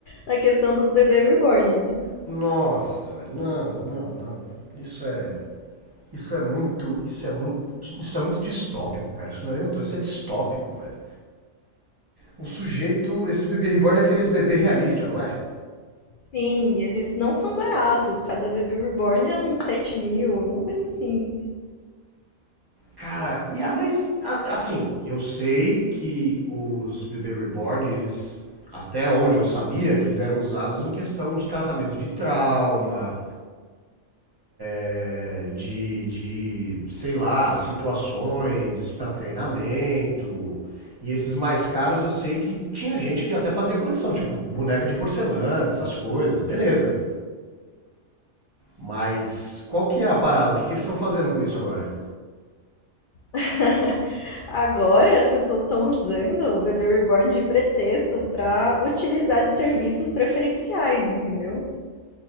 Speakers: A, on the left (about 75°); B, on the right (about 20°).
A: na questão dos bebê reborn, né?
B: Nossa, velho. Não, não, não. Isso é. Isso é muito. Isso é muito. Isso é muito distópico, cara. Isso não é nem utopia, isso é distópico, velho. O sujeito, esse bebê reborn é aqueles bebê realista, não é?
A: Sim, eles não são baratos. Cada bebê reborn é uns 7 mil, alguma coisa assim.
B: Cara, e a- mas a- assim, eu sei que os bebê reborn, eles até onde eu sabia, eles eram usados em questão de tratamento de trauma, é, de, de, sei lá, situações para treinamento. E esses mais caros eu sei que tinha gente que até fazia coleção, tipo boneca de porcelana, essas coisas, beleza. Mas qual que é a parada? O que, que eles estão fazendo com isso agora?
A: <laughs> Agora as pessoas estão usando o bebê reborn de pretexto pra utilizar de serviços preferenciais, entendeu?